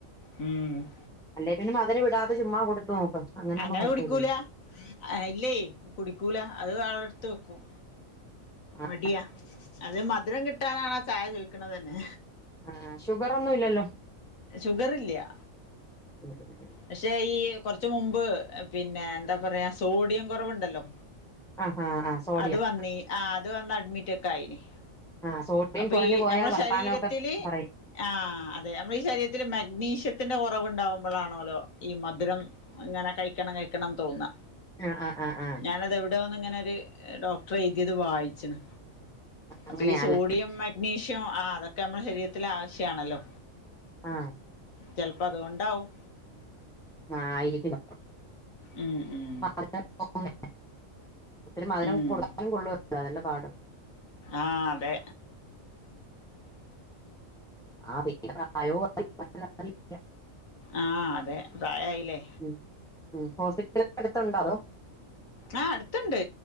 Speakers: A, on the left; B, in the centre.
A: ഉം
B: അല്ലേ പിന്നെ മധുരം ഇടാതെ ചുമ്മാ കൊടുത്തു നോക്ക്
A: അങ്ങനെ
B: ആകുമ്പോ കുഴപ്പമില്ലല്ലോ
A: കുടിക്കൂലാ ആഹ് ഇല്ലേ കുടിക്കൂലാ അത് അവിടെടുത്ത് വെക്കും
B: ആഹ്
A: മടിയാ അത് മധുരം കിട്ടാനാണ് ആ ചായ ചോയിക്കണതെന്നെ
B: ആഹ് ഷുഗർ ഒന്നും ഇല്ലല്ലോ
A: ഷുഗർ ഇല്ലാ
B: ഉം ഉം ഉം
A: പക്ഷേ ഈ കൊറച്ച് മുമ്പ് പിന്നെ എന്താ പറയാ സോഡിയം കൊറവുണ്ടല്ലോ?
B: ആഹ് ആഹ് ആഹ് സോഡിയം
A: അത് വന്നി ആഹ് അത് വന്ന് അഡ്മിറ്റ് ഒക്കെ ആയിന്
B: ആഹ് സോഡിയം
A: അപ്പൊ
B: കുറഞ്ഞു
A: ഈ
B: പോയാ
A: ഞമ്മളെ
B: വർത്താനമൊക്കെ
A: ശരീരത്തില്
B: പറയും
A: ആഹ് അത് നമ്മളെ ഈ ശരീരത്തില് മഗ്നീഷ്യത്തിന്റെ കൊറവുണ്ടാവുമ്പോഴാണോലോ ഈ മധുരം ഇങ്ങനെ കഴിക്കണം കഴിക്കണന്ന് തോന്നാ
B: ആഹ് ആഹ് ആഹ് ആഹ്
A: ഞാനത് എവിടോന്ന് ഇങ്ങനൊരു ഏഹ് ഡോക്ടറെഴുതിയത് വായിച്ചണ് അപ്പൊ
B: അങ്ങനെയാല്ലേ
A: ഈ സോഡിയം മഗ്നീഷ്യം ആഹ് അതൊക്കെ നമ്മളെ ശരീരത്തിലാവശ്യാണല്ലോ
B: ആഹ്
A: ചെലപ്പം അതുകൊണ്ടാവും
B: ആയിരിക്കുണു
A: ഉം ഉം
B: <unintelligible> ഒത്തിരി മധുരം
A: ഉം
B: കൊടുക്കാനും <unintelligible> അതല്ലേ പാട്
A: ആഹ് അതെ
B: ആഹ് പിന്നെ പ്രായോം ആയി <unintelligible>
A: ആഹ് അതെ പ്രായായില്ലേ
B: ഉം ഉം ഹോസ്പിറ്റലൊക്കെ അടുത്തുണ്ടോ അതോ?
A: ആഹ് അടുത്തുണ്ട്